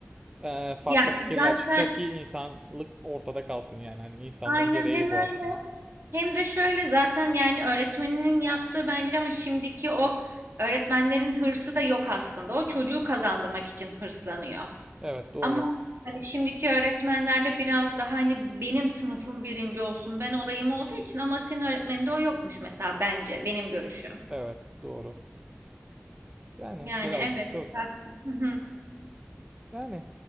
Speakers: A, on the right; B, on the right.
A: Ee, farklı
B: Yani
A: fikirler
B: zaten
A: çıkacak ki insanlık ortada kalsın yani. Hani insanlığın
B: aynen
A: gereği
B: hem
A: bu
B: öyle
A: aslında.
B: hem de şöyle zaten yani öğretmeninin yaptığı bence ama şimdiki o öğretmenlerin hırsı da yok aslında. O çocuğu kazandırmak için hırslanıyor.
A: Evet doğru.
B: Ama hani şimdiki öğretmenlerde biraz daha hani benim sınıfım birinci olsun ben olayım olduğu için ama senin öğretmeninde o yokmuş mesela bence benim görüşüm.
A: Evet doğru. Yani
B: Yani
A: birazcık
B: evet.
A: da öyle.
B: bak- Hı hı.
A: Yani